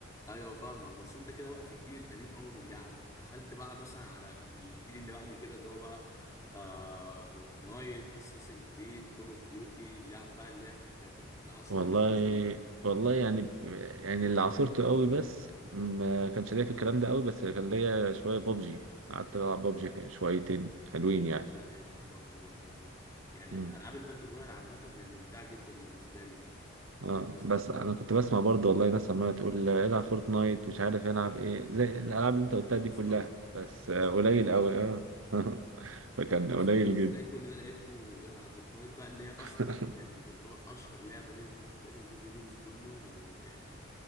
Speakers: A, on the left; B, on the right.
A: ايوه فاهمك بس انت كده بقى في الجيل القديم قوي من اللعب دخلت بقى مثلا على الجيل اللي بعد كده اللي هو بقى آه فورتنايت اساسن كريد كول اوف ديوتي اللعب بقى اللي هي بتاعت العصر
B: والله
A: الحديث دي
B: والله يعني ب- يعني اللي عاصرته قوي بس ما كانش ليا في الكلام ده قوي بس كان ليا شويه ببجي قعدت العب ببجي شويتين حلوين يعني
A: وانا لعبت بابجي برضو يعني
B: مم.
A: العاب الباتل رويال عامه هي ممتعه جدا بالنسبه لي يعني
B: اه
A: فاهم قصدي؟
B: بس انا كنت بسمع برضه والله ناس عماله تقول العب فورتنايت مش عارف العب ايه زي الالعاب اللي انت قلتها
A: لا، انا
B: دي
A: مستغرب
B: كلها بس آه،
A: مستغرب
B: قليل
A: بجد
B: قوي اه <laughs> فكان
A: يعني مستغرب
B: قليل
A: انت ازاي
B: جدا
A: كل ده لعبته وجات على فورتنايت بقى اللي هي اصلا
B: <laughs>
A: يعني يعتبر اشهر لعبه نزلت في تاريخ الفيديو جيمز كله ويعني